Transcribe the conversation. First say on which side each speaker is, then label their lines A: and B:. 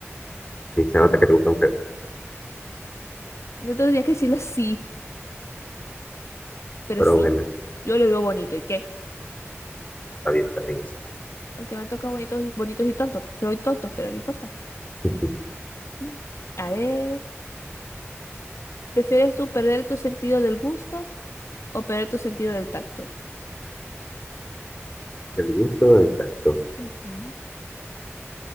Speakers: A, on the left; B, on the left.
A: Sí, se nota que te gustan feo.
B: No tendría que decirlo así, pero
A: Pero
B: sí.
A: bueno,
B: Yo lo veo bonito, ¿y qué?
A: está bien, está bien eso.
B: Aunque me han tocado bonitos y, bonitos y tontos, feo y tontos, pero no importa.
A: <laughs>
B: Mm. A ver, ¿prefieres tú perder tu sentido del gusto o perder tu sentido del tacto?
A: El gusto del tacto.
B: Ujú.